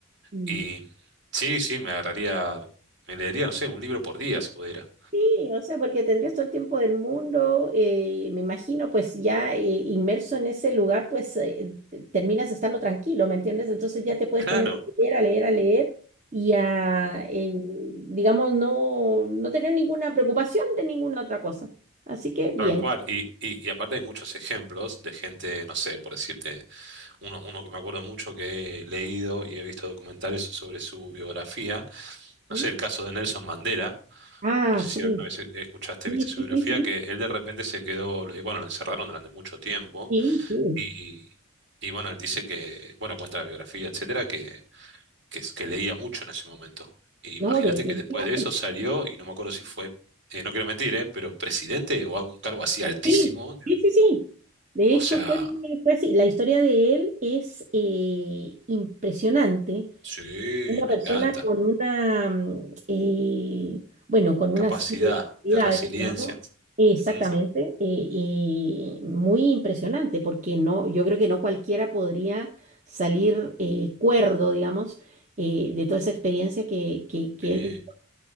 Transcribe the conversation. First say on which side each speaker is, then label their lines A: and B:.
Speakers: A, on the right (about 35°); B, on the right (about 55°).
A: Mm.
B: Y sí, sí, me agarraría, me leería, no sé, un libro por día si pudiera.
A: Sí, o sea, porque tendrías todo el tiempo del mundo, eh, me imagino, pues ya eh, inmerso en ese lugar, pues eh, te- terminas estando tranquilo, ¿me entiendes? Entonces ya te puedes
B: Claro,
A: poner a leer, a leer, a leer y a, eh, digamos, no, no tener ninguna preocupación de ninguna otra cosa. Así que bien.
B: tal cual. Y, y, y aparte hay muchos ejemplos de gente, no sé, por decirte, uno, uno que me acuerdo mucho que he leído y he visto documentales sobre su biografía. No
A: ¿Mm?
B: sé, el caso de Nelson Mandela
A: Ah,
B: No sé
A: sí,
B: si alguna vez escuchaste,
A: sí,
B: viste su
A: sí,
B: biografía,
A: sí, sí,
B: que él de repente se quedó, eh, bueno, lo encerraron durante mucho tiempo
A: sí, sí,
B: y, y bueno, él dice que, bueno, cuenta la biografía, etcétera, que, que, es- que leía mucho en ese momento. E imagínate
A: no, definitivamente.
B: que después de eso salió y no me acuerdo si fue, eh, no quiero mentir, eh, pero presidente o algún cargo así altísimo.
A: Sí, sí, sí, sí. De
B: O
A: hecho,
B: sea,
A: fue, fue así. La historia de él es eh, impresionante
B: sí,
A: Una
B: me
A: persona
B: encanta.
A: con una, mm, eh, bueno, con
B: Capacidad
A: una serie de habilidades,
B: de resiliencia.
A: digamos, exactamente,
B: Ujú,
A: eh, y muy impresionante, porque no, yo creo que no cualquiera podría salir eh, cuerdo, digamos, eh, de toda esa experiencia que, que, que
B: Sí,
A: él vivió,